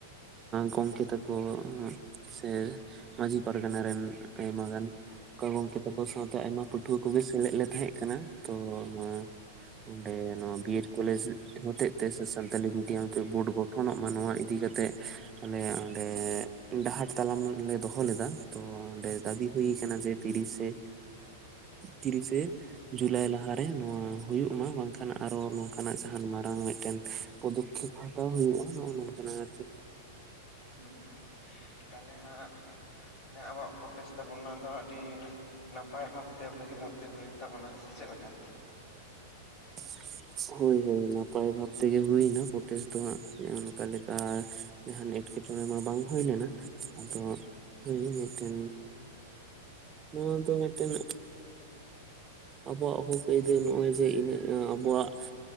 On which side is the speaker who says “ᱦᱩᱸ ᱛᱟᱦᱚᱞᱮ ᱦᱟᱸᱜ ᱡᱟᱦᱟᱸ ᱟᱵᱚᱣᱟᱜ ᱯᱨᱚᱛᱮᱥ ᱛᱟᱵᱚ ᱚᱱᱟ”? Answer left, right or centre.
Left